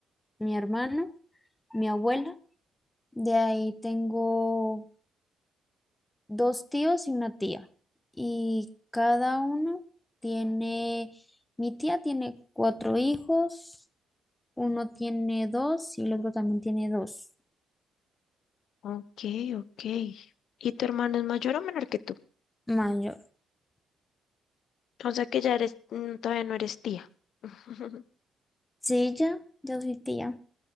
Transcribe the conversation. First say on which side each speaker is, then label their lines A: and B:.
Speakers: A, on the left; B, on the left.
A: mi hermano, mi abuela. De ahí tengo dos tíos y una tía. Y cada uno tiene, mi tía tiene cuatro hijos, uno tiene dos y el otro también tiene dos.
B: Ok, ok. ¿Y tu hermano es mayor o menor que tú?
A: Mayor.
B: O sea que ya eres, mm, todavía no eres tía. <laughs>
A: Sí, ya, yo soy tía.